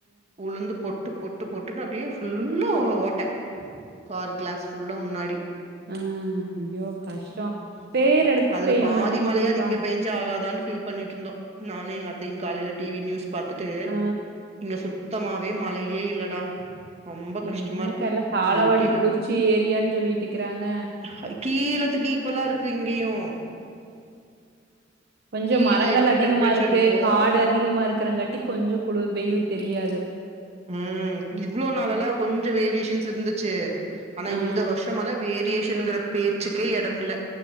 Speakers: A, on the right (about 35°); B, on the right (about 55°).
A: உழுந்து பொட்டு பொட்டு பொட்டுன்னு அப்டியே ஃபுல்லா ஓட்ட கார் கிளாஸ் ஃபுல்லா முன்னாடி
B: ஆ ஐயோ கஷ்டொ
A: ம்
B: பேய்ற எடத்துக்கு
A: அதுல
B: பெய்ய
A: பாதி
B: மாட்டேங்குதுக்கா
A: மழையாது இங்க பேஞ்சா அவளோ தான்னு ஃபீல் பண்ணிட்டு இருந்தோ நானு எங்க அத்தையு காலையில டி வி நியூஸ் பாத்துட்டு
B: ஆ
A: இங்க சுத்தமாவே மழையே இல்லடா ரொம்ப கஷ்டமா
B: என்னக்கா
A: இருக்குது
B: எல்லா தாளவாடி
A: வெயில்லு
B: குளிர்ச்சி ஏரியான்னு சொல்லிட்டுக்கிறாங்க
A: ஹை கீழத்துக்கு ஈக்குவலா இருக்கு இங்கயு
B: கொஞ்சொ
A: கீழ
B: மரங்கள்
A: எப்டி
B: அதிகமா
A: டெம்பரேச்சர்
B: இருக்கு
A: இருக்கோ
B: காடு அதிகமா இருக்கிறங்காட்டி கொஞ்சொ குளு வெயில் தெரியாது
A: ம் இவ்ளோ நாளல்லா கொஞ்சொ வேரியேஷன்ஸ் இருந்துச்சு ஆனா
B: ஆ
A: இந்த வருஷம்லா வேரியேஷன்ங்கிற பேச்சுக்கே எடமில்ல